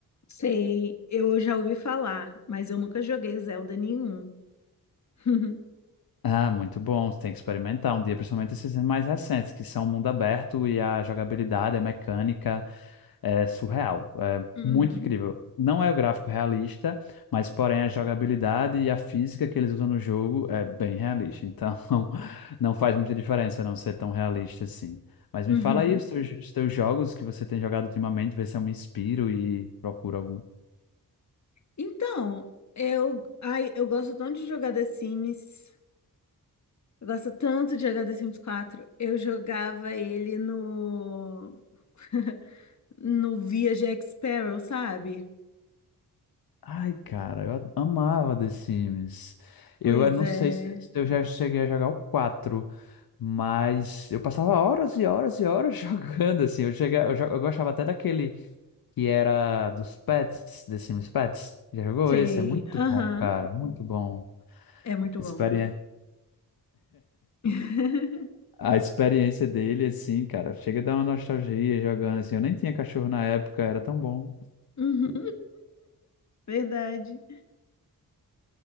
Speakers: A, on the left (about 50°); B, on the left (about 75°).
A: Sei, eu já ouvi falar, mas eu nunca joguei Zelda nenhum. <laughs>
B: Ah, muito bom. Você tem que experimentar um dia, principalmente esses mais recentes, que são mundo aberto e a jogabilidade, a mecânica é surreal. É
A: Uhum,
B: muito incrível. Não é o gráfico realista, mas porém a jogabilidade e a física que eles usam no jogo é bem realista. Então <laughs> não faz muita diferença não ser tão realista assim. Mas me
A: uhum.
B: fala aí os teus, os teus jogos que você tem jogado ultimamente, vê se eu me inspiro e procuro algum.
A: Então, eu, ai, eu gosto tanto de jogar The Sims. Eu gosto tanto de jogar The Sims 4. Eu jogava ele no <laughs> no Via Jack Sparrow, sabe?
B: Ai, cara, eu a- amava The Sims. Eu,
A: Pois
B: eh, não
A: é.
B: sei se, se eu já cheguei a jogar o quatro mas eu passava horas e horas e horas <laughs> jogando, assim. Eu, cheguei, eu, jo- eu gostava até daquele que era dos pets, The Sims Pets. Já jogou
A: Sei.
B: esse? É muito
A: Aham.
B: bom, cara, muito bom.
A: É muito
B: Experiência.
A: bom. <laughs>
B: A experiência dele, assim, cara, chega a dar uma nostalgia jogando, assim. Eu nem tinha cachorro na época, era tão bom.
A: Uhum, verdade,